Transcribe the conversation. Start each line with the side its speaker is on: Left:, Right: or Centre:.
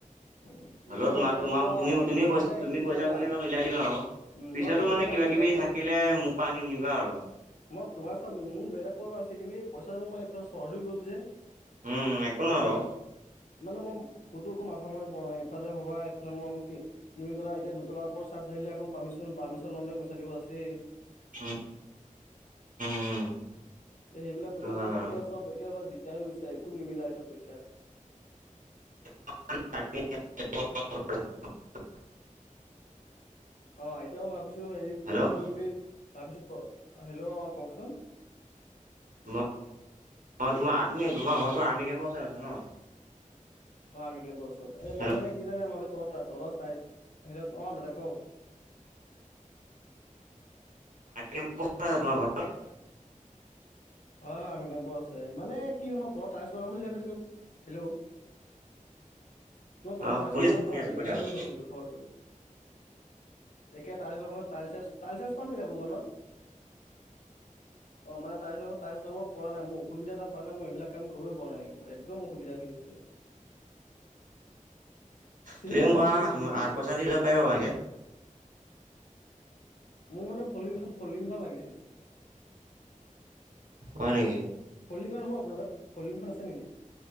Left: উম
Right: হল
Left: কিবা এটা
Right: তোমাৰ
Left: মিলাই
Right: তোমাৰ
Left: দিবা
Right: তুমি
Left: আৰু
Right: তুমি কৈছ
Left: মানে
Right: তুমি
Left: কি
Right: কৈছ
Left: জানা
Right: ছা বুলি মিলাই দিম আৰু
Left: উম
Right: পিছতো
Left: মই কি
Right: মানে
Left: জানা
Right: কিবা
Left: বেলেগ
Right: কিবি থাকিলে মোৰ পৰা আনিম নিবা আৰু
Left: মই তোমাৰ চ মোৰ বেলেগ ক আছে কিন্তি পইচাটো মই চৰ হৈ গ'ল যে।
Right: উম একো নহয় বাৰু
Left: মানে মই ক'তো একো মাথা মৰি পোৱা নাই ইফালে ভবা এইফালে মই তিন তলা এতিয়া দুতলাৰ ওপৰত চ। দিলে আকৌ পাৰ্মিচন পাৰ্মিশন লওঁতে পইচা দিব আছেই।
Right: উম। উম।
Left: এ সেইবিলাক
Right: সেইটো
Left: পইচা
Right: হয়
Left: মোৰ
Right: বাৰু
Left: বেকে চব বেকে চব দি। দিকদা হৈ গৈছে একো নিমিলা হৈছে পইচা
Right: <inaudible>
Left: অ এতিয়া মই ভাবিছো হেৰি
Right: হেল্ল'
Left: কি কৰিম বুলি ভাবিছো হেল্ল' অ কওকচোন।
Right: তোমাৰ তুমি তোমাৰ ঘৰৰতো আৰ্মি কেম্পৰ ওচৰত আছে ন?
Left: অ আৰ্মি কেম্পৰ ওচৰত এ
Right: হেল্ল'
Left: মই মানে কি জানে মই ভাবিছিলো তলৰ তা তলৰ তাই হে অ দাদা কওক।
Right: তোমাৰ ঘৰত
Left: হয় হয় আৰ্মি কাম্পপো আছে মানে কি সময়ত তলত তাইচ লগাম বুলি ভাবিছো কিন হেল্ল' কিয় তলত
Right: অ
Left: টাইলছ
Right: শুনি
Left: লগাব
Right: আছো শুনি
Left: পৰা নাই
Right: আছো
Left: দিগদাৰ
Right: কৈ থাকক
Left: হৈ আছেতো ঘৰটো এতিয়া তাইলছ লগাম শ তাইলছেচ তাইলচেজ পাম নেকি আপোনাৰ দোকানত? অ মানে তাইলছ তাইলছ লগাব পৰা নাই মোৰ অসুবিধা এটা পৰা নাই মই এইবিলাক কাম কৰিব পৰা নাই একো একদম অসুবিধা হৈ আছে। <inaudible> চিলিঙি
Right: তুমি
Left: আছে
Right: পোৱা
Left: চিলিঙি চিলিঙি
Right: আঠ পইচা দিলে পাৰিবা ভালকে।
Left: মোক মানে ফলিং ফলডিংখন লাগিছিল।
Right: হয় নেকি।
Left: ফলিংখন হ'ব আপোনাৰ তাত ফলডিংখন আছে নেকি?